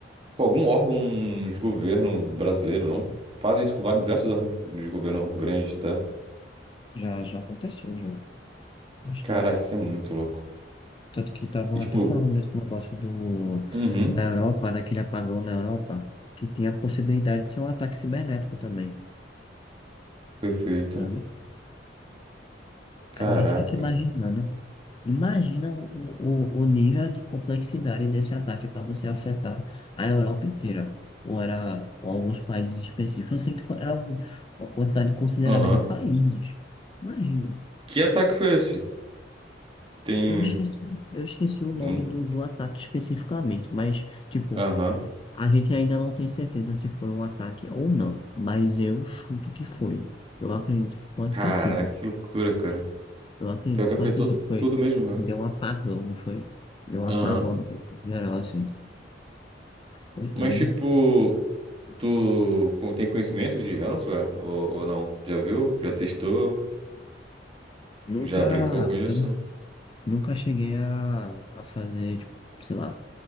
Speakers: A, on the right; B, on the left.
A: com algum órgão de governo brasileiro, não? Fazem isso com vários, diversos órgãos de governo grande até.
B: Já, já aconteceu, já. Bastante.
A: Caraca, isso é muito louco.
B: Tanto que estavam
A: E, tipo,
B: até falando desse negócio do,
A: uhum,
B: da Europa, daquele apagão na Europa, que tinha a possibilidade de ser um ataque cibernético também,
A: perfeito.
B: sabe?
A: Caraca.
B: Aí a gente fica imaginando. Imagina o, o, o nível de complexidade desse ataque para você afetar a Europa inteira. Ou era ou alguns países específicos. Eu sei que foi, era um- uma quantidade considerável
A: Aham.
B: de países. Imagina.
A: Que ataque foi esse? Tem
B: Eu esqueci, eu esqueci o nome
A: um...
B: do, do ataque especificamente, mas. Tipo,
A: Aham.
B: A gente ainda não tem certeza se foi um ataque ou não, mas eu chuto que foi. Eu acredito que pode
A: Caraca,
B: ter sido.
A: que loucura, cara.
B: Eu acredito
A: Pior que
B: que
A: afetou
B: pode ter sido. Foi,
A: tudo mesmo, velho.
B: deu um apagão, não foi? Deu um apagão
A: Aham.
B: no corpo geral, assim. Foi doido.
A: Mas, tipo, tu co- tem conhecimento de ransomware ou, ou não? Já viu? Já testou?
B: Nunca,
A: Já brincou com isso?
B: eu não- nunca cheguei a, a fazer, tipo, sei lá,